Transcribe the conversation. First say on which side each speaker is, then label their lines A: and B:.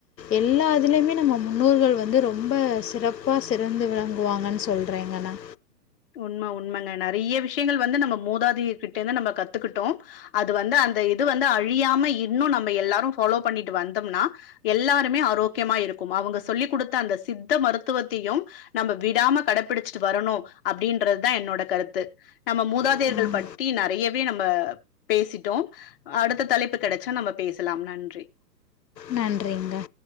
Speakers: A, on the left; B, on the left.
A: எல்லா இதுலேயுமே நம்ம முன்னோர்கள் வந்து ரொம்ப சிறப்பாக சிறந்து விளங்குவாங்கன்னு சொல்றேங்கண்ணா
B: உண்மை உண்மைங்க நிறைய விஷயங்கள் வந்து நம்ம மூதாதையர் கிட்ட இருந்து நம்ம கத்துக்கிட்டோம் அது வந்து அந்த இது வந்து அழியாம இன்னும் நம்ம எல்லாரும் ஃபாலோ பண்ணிட்டு வந்தோம்னா எல்லாருமே ஆரோக்கியமா இருக்கும் அவங்க சொல்லிக் கொடுத்த அந்த சித்த மருத்துவத்தையும் நம்ம விடாம கடைப்பிடிச்சிட்டு வரணும் அப்படின்றதுதான் என்னோட கருத்து நம்ம மூதாதையர்கள்
A: நான்
B: பத்தி நிறையவே நம்ம பேசிட்டோம் அடுத்த தலைப்பு கிடைச்சா நம்ம பேசலாம் நன்றி
A: நன்றிறிங்க